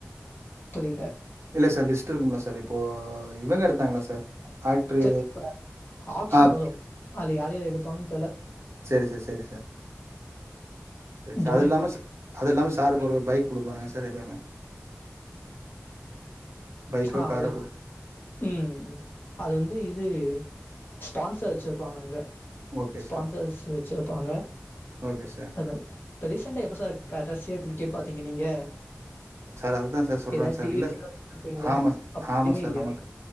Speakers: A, on the left (about 45°); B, on the right (about 70°).
A: புரியல
B: இல்ல சார் லிஸ்ட் இருக்கும்ல சார் இப்போ இவங்க எடுத் தங்களா சார் ஆய்ட்டுரு
A: நெக்ஸ்ட் ஆக்ஷன்
B: ஆப்
A: வரும் அதுல யார்யார எடுப்பாங்கன் தெர்ல
B: சேரி சார் சேரி சார் சேரி சார்
A: தோனியா
B: அது இல்லாம அது இல்லாம சாருக்கு ஒரு பைக் கொடுப்பாங்க சார் எப்பயுமே பைக்கோ
A: ஆ
B: காரோ
A: அது
B: குடு
A: ம் அது வந்து இது ஸ்பான்சர் வச்சுருப்பாங்க அங்க
B: ஓகே
A: ஸ்பான்சர்ஸ்
B: சார்
A: வச்சு வெப்பாங்க
B: ஓகே சார்
A: இப்பே ரிசேன்டா எப்ப சார் கடைசியா கிரிக்கெட் பாத்தீங்க நீங்க
B: சார் அததா சார் சொல்றா
A: ஏதாவது
B: சார்
A: டிவில
B: இல்ல சார்
A: ஏதாவது பாத்துருப்பீங்களா?
B: ஆமா சார்
A: அப்ப
B: ஆமா
A: எதுவுமே
B: சார்
A: இல்லையா?
B: நமக்கு